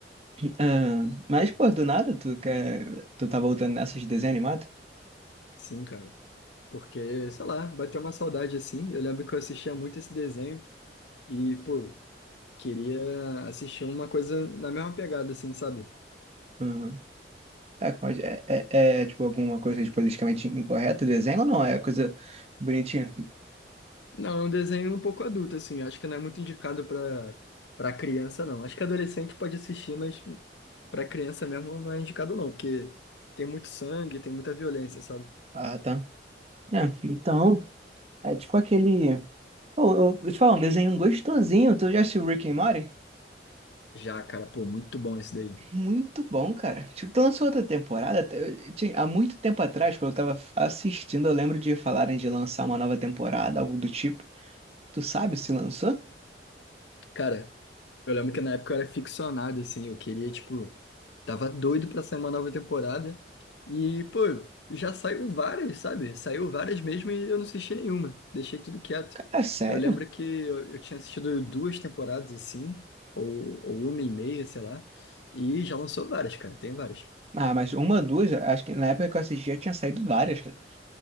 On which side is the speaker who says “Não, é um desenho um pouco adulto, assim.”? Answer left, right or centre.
Left